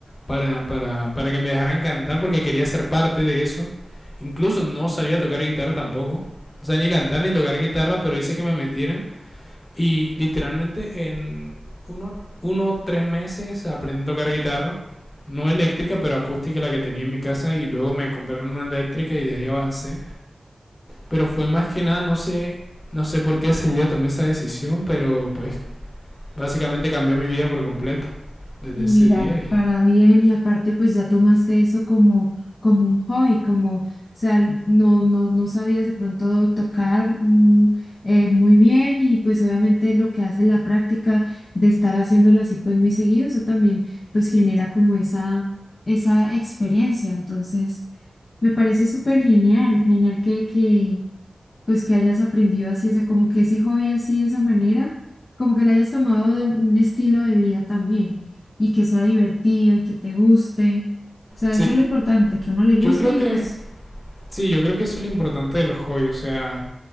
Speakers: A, on the left; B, on the left.
A: para, para, para que me dejaran cantar porque quería ser parte de eso. Incluso no sabía tocar guitarra tampoco. O sea, ni cantar ni tocar guitarra, pero hice que me metieran y literalmente en uno, uno tres meses aprendí a tocar guitarra. No eléctrica, pero acústica la que tenía en mi casa. Y luego me compraron una eléctrica y de ahí avancé. Pero fue más que nada, no sé, no sé por qué ese día tomé esa decisión. Pero pues básicamente cambió mi vida por completo. Desde
B: Y
A: ese
B: mira,
A: día. Y
B: para bien, y aparte pues ya tomaste eso como, como un hobby, como, o sea, l- no, no, no sabías de pronto tocar mm, eh, muy bien y pues obviamente lo que hace la práctica de estar haciéndolo así pues muy seguido, eso también pues genera como esa, esa experiencia. Entonces, me parece súper genial, genial que, que, pues que hayas aprendido así, o sea, como que ese hobby así de esa manera, como que le hayas tomado de un estilo de vida también y que sea divertido y que te guste. O sea,
A: sí,
B: eso es lo importante, que a uno le guste
A: yo creo
B: y
A: que,
B: pues
A: sí, yo creo que eso es lo importante de los hobbies. O sea,